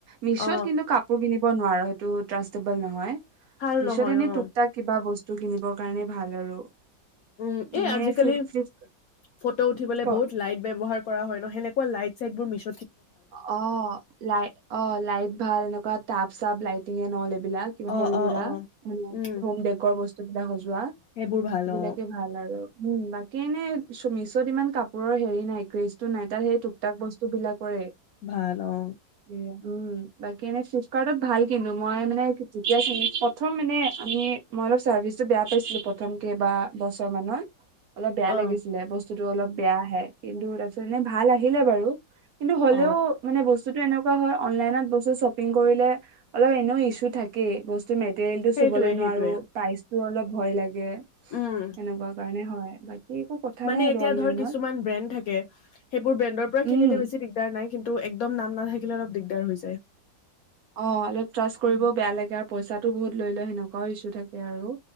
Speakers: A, on the right (about 65°); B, on the left (about 75°).
A: মিছত
B: অ
A: কিন্তু কাপোৰ পিন্ধি। ব নোৱাৰো সেইটো ট্ৰাষ্টবল নহয়।
B: ভাল
A: মিছত
B: নহয়
A: এনে
B: অ
A: টুকটা কিবা বস্তু। টো কিনিবৰ কাৰণেই ভাল আৰু।
B: উম এ
A: এনে
B: আজিকালি
A: ফ্লিপ ফ্লিপ
B: ফটো উঠিবলে
A: ক
B: বহুত লাইট ব্য্ৱহাৰ কৰা হয় ন সেনেকে। Light চাইটবোত miss.
A: অ লাই অ লাইট ভাল এনেকুৱা তাপ। চব লাইটিং এ নহলে। বিলাক
B: অ
A: সৰু সুৰা
B: অ অ উম
A: হম বেকৰ বস্তু। ুা <unintelligible> যোৱা
B: সেইবোৰ ভাল
A: এইবিলাকে
B: অ
A: ভাল আৰু উম বাকী এনে চমি। পিত ইমান কাপোৰৰ হেৰি নাই গ্ৰেচ টো নাই সেই টোকটাক বস্তু বস্তু বিলাকৰে
B: ভাল অঁ
A: উম বাকী এনেই চিপ কাৰ্টত ভাল কিনো মই মানে যেতিয়া প্ৰথম ম আমি মই অলপ চাৰ্ভিচটো বেয়া পাইছিলো প্ৰথম কে বা বছৰ মত অলপ বেয়া
B: অ
A: লাগিছিলে বস্তু বস্তুটো অলপ বেয়া আহে কিন্তু তাৰপিছত এনে ভাল আহিলে বাৰু তেওঁৰ
B: অ
A: মানে বস্তু বস্তুটো এনেকুৱা হয় অনলাইনত বস্তু শ্বপিং কৰিলে অলপ এনেও ইছু থাকেই বস্তু মেটেৰিয়েল টো
B: সেইটোৱে
A: চুবলৈ নোৱাৰো
B: সেইটোৱে
A: প্ৰাইচ তোৰ অলপ ভয় লাগে
B: উম
A: সেনেকুৱা কাৰণে হয় হয় বাকী একো কথা
B: মানে
A: নাই আৰু
B: এতিয়া
A: অনলাইনত
B: ধৰ কিছুমান ব্ৰেণ্ড থাকে সেইবোৰ ব্ৰেণ্ডৰ পৰা
A: উম
B: কিনিলে বেছি দিগদাৰ নাই কিন্তু টো একদম নাম নাথাকিলে অলপ দিগদাৰ হৈ যায়
A: অ অলপ ত্ৰাছ কৰিব
B: উম
A: বেয়া লাগে আৰু পইচাটো বহুত লৈ লয় ন কৰ ইছু থাকে আৰু